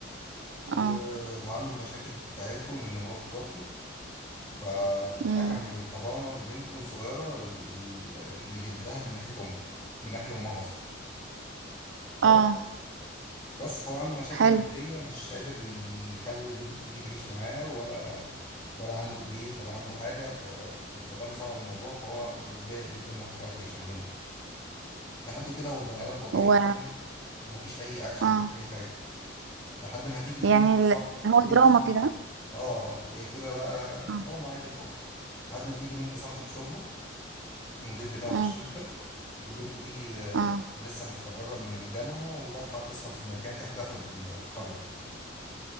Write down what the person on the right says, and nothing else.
اه
امم
اه
حلو
و
اه
يعني ال...
هو دراما
كده
اه
اه
اه